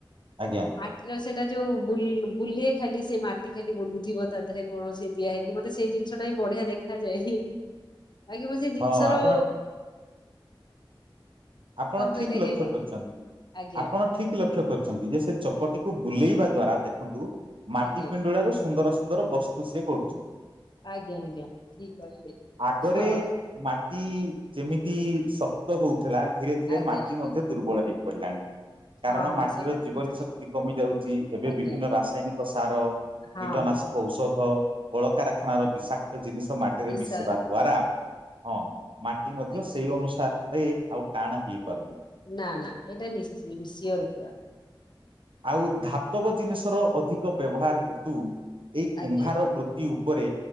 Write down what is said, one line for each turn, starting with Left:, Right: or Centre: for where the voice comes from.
Right: ଆଜ୍ଞା।
Left: ମାଟିର ସେଟା ଯୋଉ ବୁଲ ବୁଲେ ଖାଲି ସେ ମାଟି ଖାଲି ବୁଲୁଥିବ ତା ଦେହରେ କୌଣସି ଦିଆ ହେଇ- ମତେ ସେଇ ଜିନିଷ ଟା ହିଁ ବଢିଆ ଦେଖାଯାଏ ହେ ବାକି ମୁଁ ସେଇ ଜିନିଷର।
Right: ହଁ ଆପଣ ଆପଣ
Left: କଣ କହିଲେ
Right: ଠିକ୍ ଲକ୍ଷ୍ୟ
Left: କି ଆଜ୍ଞା
Right: କରିଚନ୍ତି
Left: ଆଜ୍ଞା
Right: ଆପଣ ଠିକ୍ ଲକ୍ଷ୍ୟ କରି- ଚନ୍ତି ଯେ ସେ ଚକଟିକୁ ବୁଲେଇବା ଦ୍ଵାରା ଦେଖନ୍ତୁ ମାଟି
Left: ଆଜ୍ଞା
Right: ପିଣ୍ଡୁଳା ରୁ ସୁନ୍ଦର ସୁନ୍ଦର ବସ୍ ତୁ ସେ କରୁଛ
Left: ଆଜ୍ଞା ଆଜ୍ଞା ଠିକ୍ କହିଲେ
Right: ଆଗରେ
Left: ହଁ।
Right: ମାଟି ଯେମିତି ଶକ୍ତ ହଉଥିଲା ଧୀରେ ଧୀରେ
Left: ଆଜ୍ଞା
Right: ମାଟି
Left: ଆଜ୍ଞା
Right: ମଧ୍ୟ ଦୁର୍ବଳ ହେଇପଡ଼ିଲାଣି। କାରଣ
Left: ହଁ ହଁ
Right: ମାଟିର
Left: ସେଇଟା
Right: ଜୀବନୀ
Left: ତ ନିଶ୍ଚିତ
Right: ଶକ୍ତି କମି ଯାଉଚି ଏବେ
Left: ଆଜ୍ଞା
Right: ବିଭିନ୍ନ ରାସାୟନିକ ସାର।
Left: ହଁ
Right: କୀଟନାଶକ
Left: ହଁ।
Right: ଔଷଧ କଳକାରଖାନାର ବିଷାକ୍ ଜିନିଷ ମାଟିରେ
Left: ବିଶା
Right: ମିଶିବା ଦ୍ଵାରା ହଁ ମାଟି ମଧ୍ୟ
Left: ଆଜ୍ଞା
Right: ସେଇ ଅନୁସା ରେ ଆଉ ଟାଣ ହେଇପାରୁନି।
Left: ନା ନା ଏଇଟା ନିଶ୍ଚ ସିୟର ପୁରା।
Right: ଆଉ ଧାତବ ଜିନିଷର ଅଧିକ ବ୍ୟବହାର ହେତୁ ଏଇ କୁମ୍ଭାର
Left: ଆଜ୍ଞା
Right: ବୃ ତି ଉପରେ।